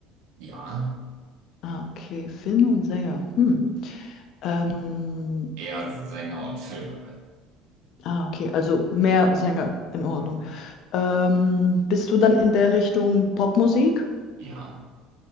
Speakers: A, on the right; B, on the left.
A: Ja,
B: Ah, okay. Film und Sänger. Hm. Ähm,
A: eher Sänger und Filmerin.
B: ah, okay. Also mehr Sänger in Ordnung.
A: Hm.
B: Ähm, bist du dann in der Richtung Popmusik?
A: Ja,